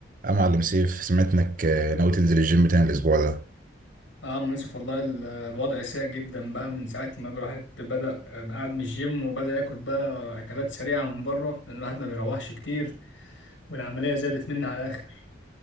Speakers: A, on the right; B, on the left.
A: يا معلم سيف سمعت انك آه، ناوي تنزل الجيم تاني الاسبوع ده
B: اه أم يوسف والله ال- الوضع سيء جدا بقى من ساعة ما الواحد بدأ آه، قاعد من الجيم وبدأ ياكل بقى أكلات سريعة من بره لأن الواحد ما بيروحش كتير والعملية زادت مني على الآخر